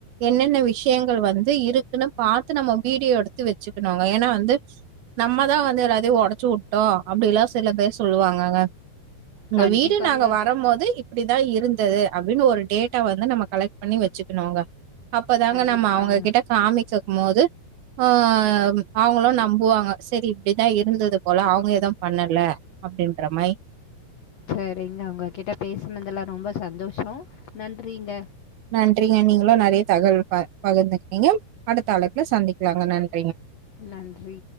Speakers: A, on the right; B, on the left.
A: என்னென்ன விஷயங்கள் வந்து இருக்குன்னு பாத்து நம்ம வீடியோ எடுத்து வெச்சுக்கணுங்க ஏன்னா வந்து நம்ம தா வந்து எத அத ஒடச்சி உட்டோ அப்டிலா சில பேர் சொல்லுவாங்கங்க உங்க
B: கண்டிப்பாங்க.
A: வீடு நாங்க வரும் போது அப்டிதா இருந்தது அப்டின்னு ஒரு டேட்டா வந்து நம்ம கலெக்ட் பண்ணி வச்சுக்கணுங்க அப்பதாங்க
B: கண்டிப்பாங்க.
A: நம்ம அவுங்ககிட்ட காமிக்கும் போது ஆ அவங்களு நம்புவாங்க செரி இப்டிதா இரு ருந்தது போல அவங்க எதும் பண்ணல அப்டின்ற மை
B: சரிங்க ஒங்க கிட்ட பேசுனதுல்ல ரொம்ப சந்தோஷோம் நன்றிங்க
A: நன்றிங்க நீங்களும் நெறைய தகவல் ப பகர்ந்துக்கிட்டீங்க அடுத்த அழைப்புல சந்திக்கலாங்க நன்
B: நன்றி